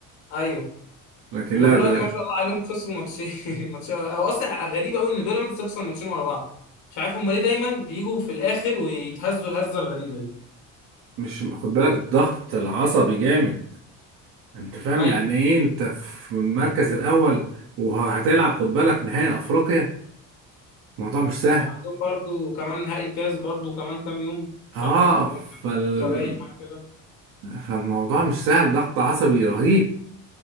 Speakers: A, on the left; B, on the right.
A: ايوه
B: لكن
A: هما
B: لا
A: دلوقتي
B: ده
A: ما شاء الله عليهم خسروا ماتشين <laughs> ماتشين هو اصلا غريب قوي ان بيراميدز تخسر ماتشين ورا بعض مش عارف هما ليه دايما بيجوا في الاخر ويتهزوا الهزه الغريبه دي
B: مش خد بالك الضغط العصبي جامد انت فاهم
A: ايوه
B: يعني ايه انت في المركز الاول وهتلعب خد بالك نهائي افريقيا الموضوع مش سهل
A: وعندهم برضو كمان نهائي كاس برضو كمان كام يوم شهر
B: اه
A: يوم
B: فال...
A: كام ستة باين حاجه كده
B: فالموضوع مش سهل ضغط عصبي رهيب